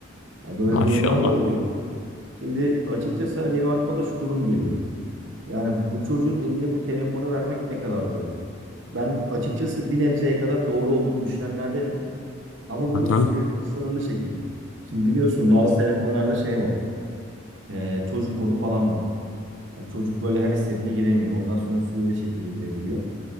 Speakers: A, on the right; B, on the left.
A: Yani böyle
B: Maşallah.
A: durumlar da oluyor. Şimdi açıkçası hani benim aklıma da şu durum geliyor. Yani bu çocuğun eline bu telefonu vermek ne kadar doğru? Ben açıkçası bir nebzeye kadar doğru olduğunu düşünenlerdenim. Ama bunu
B: Hı
A: süreli
B: hı.
A: ve sınırlı şekilde. Şimdi biliyorsun bazı telefonlarda şey var. e, çocuk modu falan var. Hani çocuk böyle her istediğine giremiyor. Ondan sonra süreli şekilde girebiliyor.